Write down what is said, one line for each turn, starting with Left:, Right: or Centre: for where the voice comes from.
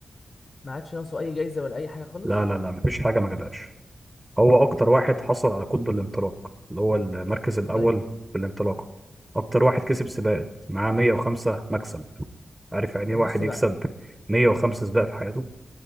Left: ما عادش ناقصه اي جايزه ولا اي حاجه خالص
Right: لا لا لا مفيش حاجه ما جابهاش هو اكتر واحد حصل على قطب الانطلاق اللي هو المركز الاول
Left: طيب
Right: في الانطلاقه اكتر واحد كسب سباقات معاه 105 مكسب عارف يعني
Left: طب
Right: ايه واحد
Left: بص
Right: يكسب
Left: بقى
Right: 105 سباق في حياته